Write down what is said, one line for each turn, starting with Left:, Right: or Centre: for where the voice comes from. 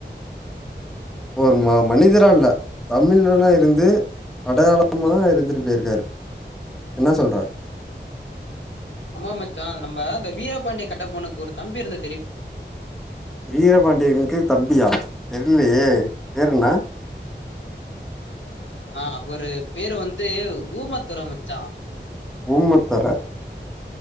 Centre: ஒரு ம மனிதரால்ல தமிழனா இருந்து அடையாளமா இருந்துட்டு போயிருக்காரு என்ன சொல்ற
Left: ஆமாமா மச்சா நம்ம அந்த வீராபாண்டிய கட்ட பொம்மனுக்கு ஒரு தம்பி இருந்து
Centre: வீரபாண்டியனுக்கு தம்பியா தெரிலையே ஃபேர் என்ன
Left: ஆ அவரு பேரு வந்து ஊமாத்துற மச்சா
Centre: ஊமத்துர